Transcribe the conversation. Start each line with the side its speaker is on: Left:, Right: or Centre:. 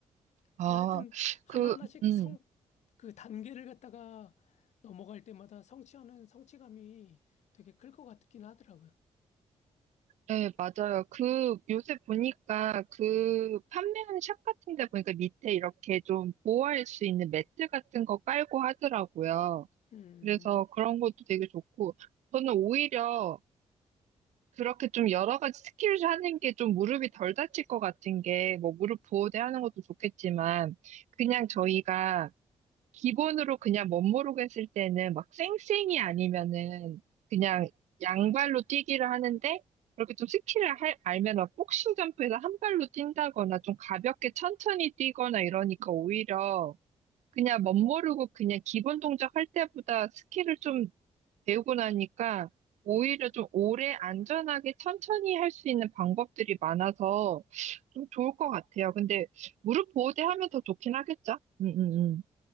Left: 근데
Right: 아,
Left: 하여튼 하나하나씩
Right: 그, 음.
Left: 성, 그 단계를 갖다가 넘어갈 때마다 성취하는 성취감이 되게 클 것 같긴 하더라고요.
Right: 네, 맞아요. 그, 요새 보니까 그 판매하는 샵 같은 데 보니까 밑에 이렇게 좀 보호할 수 있는 매트 같은 거 깔고 하더라고요.
Left: 음,
Right: 그래서 그런 것도 되게 좋고, 저는 오히려 그렇게 좀 여러 가지 스킬을 하는 게 좀 무릎이 덜 다칠 것 같은 게, 뭐 무릎 보호대 하는 것도 좋겠지만, 그냥 저희가 기본으로 그냥 멋모르고 했을 때는 막 쌩쌩이 아니면은 그냥 양발로 뛰기를 하는데 그렇게 좀 스킬을 할- 알면 막 복싱 점프에서 한 발로 뛴다거나 좀 가볍게 천천히 뛰거나 이러니까 오히려 그냥 멋모르고 그냥 기본 동작 할 때보다 스킬을 좀 배우고 나니까 오히려 좀 오래 안전하게 천천히 할 수 있는 방법들이 많아서 좀 좋을 것 같아요. 근데 무릎 보호대 하면 더 좋긴 하겠죠? 음, 음,